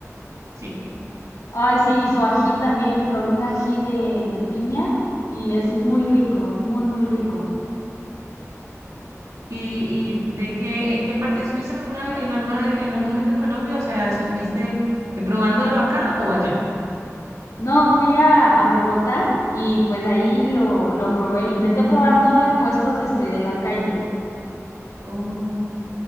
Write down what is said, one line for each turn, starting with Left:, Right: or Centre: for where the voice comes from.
Right: Sí.
Left: Ay, sí, y su ají también. Probé un ají de, de piña y es muy rico, muy, muy rico.
Right: ¿Y, y de qué, en qué parte, estuviste en alguna, en alguna vez- en algún momento en Colombia? O sea, ¿estuviste eh, probándolo acá o allá?
Left: No, fui a, a Bogotá y pues ahí lo, lo probé. Intenté probar todo en puestos este, de la calle.
Right: Ok.